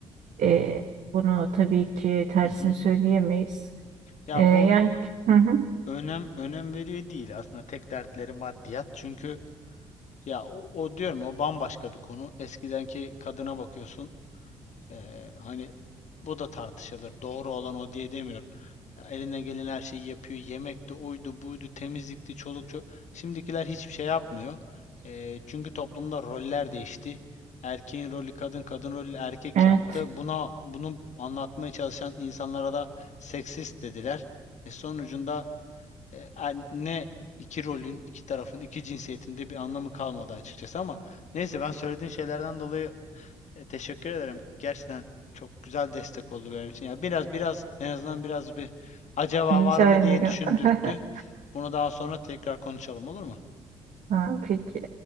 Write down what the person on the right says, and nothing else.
E, bunu tabii ki tersini
söyleyemeyiz.
E, yani
hı hı,
evet
rica
ederim.
<laughs>
Ha, peki.